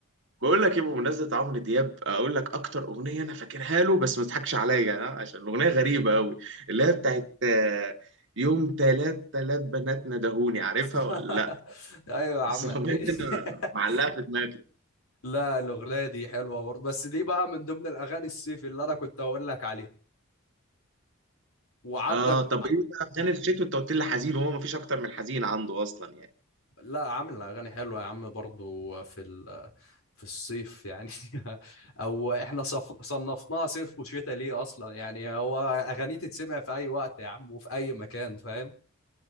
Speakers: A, on the right (about 60°); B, on the left (about 80°).
A: بقول لك ايه بمناسبه عمرو دياب اقول لك اكتر اغنيه انا فاكرها له بس ما تضحكش عليا آه، عشان الاغنيه غريبه قوي اللي هي بتاعت آه، يوم تلات تلات بنات ندهوني عارفها
B: <laughs>
A: ولا لا <laughs>
B: ايوه يا عم
A: بس الاغنيه
B: اكيد
A: دي أنا
B: <laughs>
A: معلقه في دماغي
B: لا الاغنيه دي حلوه برضه بس دي بقى من ضمن الاغاني الصيف اللي انا كنت هقول لك عليها وعندك
A: اه طب ايه بقى غني الشتوي انت قلت لي حزين وهو مفيش اكتر من حزين عنده اصلا يعني
B: لا عامل اغاني حلوه يا عم برضو في ال في الصيف يعني <laughs> او احنا صف... صنفناها صيف وشتاء ليه اصلا يعني هو اغاني تتسمع في اي وقت يا عم وفي اي مكان فاهم